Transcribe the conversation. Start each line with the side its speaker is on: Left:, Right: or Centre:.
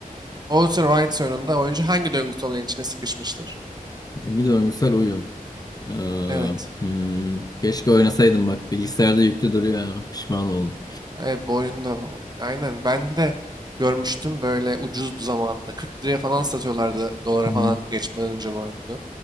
Right: Outer Wilds oyununda oyuncu hangi döngüsel olayın içine sıkışmıştır?
Left: hangi döngüsel oyun? Ee,
Right: Evet.
Left: hmm, keşke oynasaydım bak. Bilgisayarda yüklü duruyor ha. Pişman oldum.
Right: Evet boyunda. bu. Aynen. Ben de görmüştüm böyle ucuz zamanında. 40 liraya falan satıyorlardı dolara
Left: Hı-hı.
Right: falan geçmeden önce boyundu.